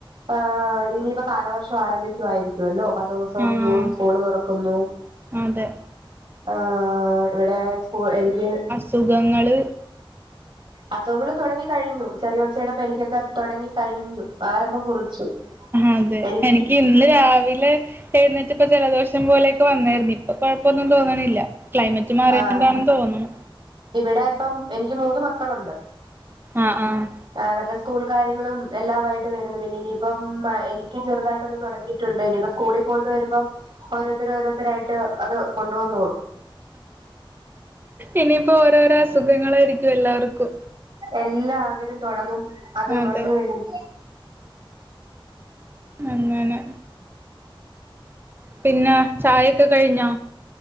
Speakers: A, on the right; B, on the right.
A: ആഹ് ഇനിയിപ്പം കാലവർഷം ആരംഭിക്കുവായിരിക്കുവല്ലോ പത്തോ സം
B: ആഹ്
A: ജൂൺ സ്കൂള് തുറക്കുന്നു.
B: അതെ
A: ആഹ് ഇവിടെ സ്കൂ എനിക്ക്
B: സുഖങ്ങള്
A: അസുഖങ്ങൾ തുടങ്ങി കഴിഞ്ഞു. ചെറിയ ഒച്ചടപ്പ എനിക്കൊക്കെ തുടങ്ങി കഴിഞ്ഞു ആരംഭം കുറിച്ചു
B: അതെ
A: എനിക്ക്
B: എനിക്ക് ഇന്ന് രാവിലെ തരുന്നിട്ട ഇപ്പ ജലദോഷം പോലെയൊക്കെ വന്നായിരുന്നു ഇപ്പൊ കുഴപ്പൊന്നും തോന്നണില്ല ക്ലൈമറ്റ് മാറണ്ടാണ
A: ആഹ്
B: തോന്നണു
A: ഇവിടെ ഇപ്പം എനിക്ക് മൂന്ന് മക്കളുണ്ട്
B: ആഹ് ആഹ്
A: അവരുടെ സ്കൂൾ കാര്യങ്ങളും എല്ലാമായിട്ട് വരുന്നു പിന്നെ ഇനിയിപ്പം എനിക്ക് ചെറുതായിട്ടൊന്ന് തുടങ്ങി ണ്ട് ഇനിയിപ്പോ സ്കൂളിൽ പോയിട്ട് വരുമ്പോ ഓരോരുത്തർ ഓരോത്തരായിട്ട് അത് കൊണ്ട് വന്നോളും
B: ഇനിയിപ്പോ ഓരോരോ അസുഖങ്ങളായിരിക്കും എല്ലാവർക്കും
A: എല്ലാവരും തുടങ്ങും അത്
B: അതെ
A: വന്നു കഴിഞ്ഞു
B: അങ്ങനെ പിന്നെ ചായൊക്കെ കഴിഞ്ഞോ